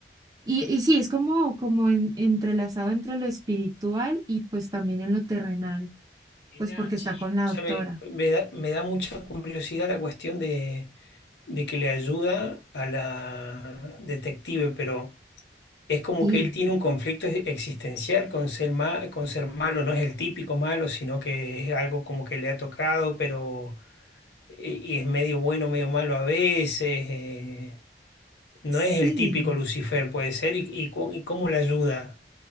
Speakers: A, on the right; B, on the left.
A: Y, y sí, es como, como en- entrelazado entre lo espiritual y pues también en lo terrenal,
B: Mirá,
A: pues porque está
B: che, y
A: con
B: escúchame,
A: la doctora.
B: me da, me da mucha curiosidad la cuestión de, de que le ayuda a la detective, pero es como
A: Sí.
B: que él tiene un conflicto ex- existencial con ser, ma- con ser malo, no es el típico malo, sino que es algo como que le ha tocado, pero y, y es medio bueno, medio malo a veces. eh, No
A: Sí,
B: es el típico Lucifer, puede ser, y, y, cu- y cómo le ayuda